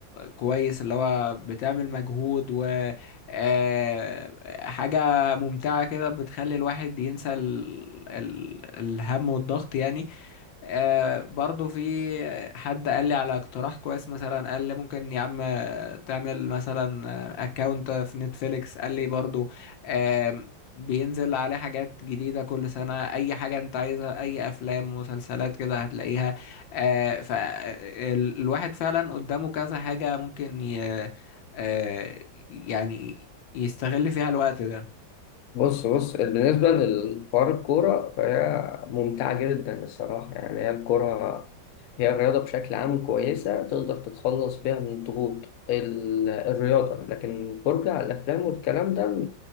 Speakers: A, on the left (about 80°); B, on the left (about 65°).
A: كويس اللي هو بتعمل مجهود و آه، حاجة ممتعة كده بتخلي الواحد ينسى ال... ال... الهم والضغط يعني آه برضو في حد قال لي على اقتراح كويس مثلا قال لي ممكن يا عم تعمل مثلا اكاونت في نتفليكس قال لي برضو آه بينزل عليه حاجات جديدة كل سنة أي حاجة أنت عايزها أي أفلام مسلسلات كده هتلاقيها آه فالواحد فعلا قدامه كذا حاجة ممكن ي... آه يعني يستغل فيها الوقت ده
B: بص بص بالنسبة للحوار الكورة فهي ممتعة جدا الصراحة يعني هي الكورة هي الرياضة بشكل عام كويسة تقدر تتخلص بيها من الضغوط ال- الرياضة لكن الفرجة على الأفلام والكلام ده